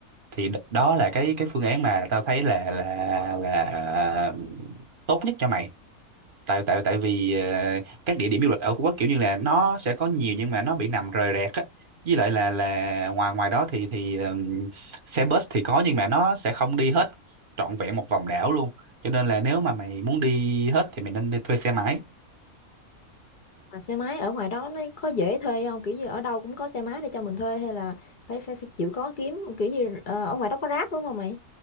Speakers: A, on the right; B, on the left.
A: Thì đ- đó là cái cái phương án mà tao thấy là là là à, tốt nhất cho mày tại tại tại vì ờ, các địa điểm du lịch ở Phú Quốc kiểu như là nó sẽ có nhiều nhưng mà nó bị nằm rời rạc á với lại là là ngoài ngoài đó thì thì ừm, xe bus thì có nhưng mà nó sẽ không đi hết trọn vẹn một vòng đảo luôn cho nên là nếu mà mày muốn đi hết thì mày nên đi thuê xe máy
B: mà xe máy ở ngoài đó nó có dễ thuê không kiểu như ở đâu cũng có xe máy để cho mình thuê hay là phải phải, phải chịu khó kiếm kiểu như ờ, ở ngoài đó có Grab đúng không mày